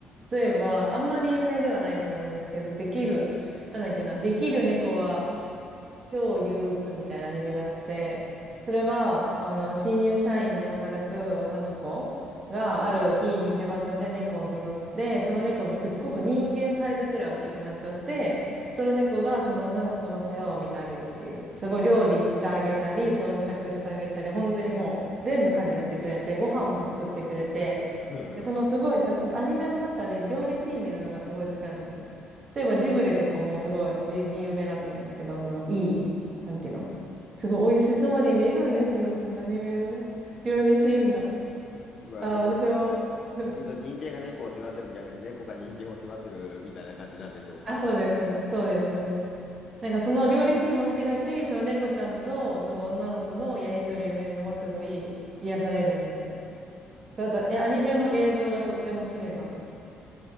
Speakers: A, on the right (about 40°); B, on the left (about 45°).
A: 例えば、
B: はい、
A: あんまり有名ではないと思うんですけど、できる、なんだっけな、できる猫は今日憂鬱みたいなアニメがあって、それは、あの、新入社員で働く女の子がある日、
B: うん。
A: 道端で猫を拾って、その猫がすっごく人間サイズくらい大きくなっちゃって、その猫がその女の子の世話を見てあげるっていう。すごい料理してあげたり、忖度してあげたり、本当にもう全部家事やってくれて、ご飯も作ってくれて、
B: うん
A: でそのすごい、私アニメの中で料理シーン見るのがすごい好きなんですよ。例えばジブリとかもすごいジ有名だと思うんですけど、そのいい、なんていうの、すごい美味しそうに見えるんですよ、そのアニメのね、料理シーンが。
B: まあ、
A: ああ、
B: あと、
A: 私を、<laughs> うん
B: えっと、人間が猫を世話するんじゃなくて、猫が人間を世話するみたいな感じなんでしょうか。
A: あ、そうです、そうです、そうです、そうです。なんかその料理シーンも好きだし、その猫ちゃんとその女の子のやりとりを見るのもすごい癒されるんですよ。であと、え、アニメの映像がとっても綺麗なんです。
B: うん、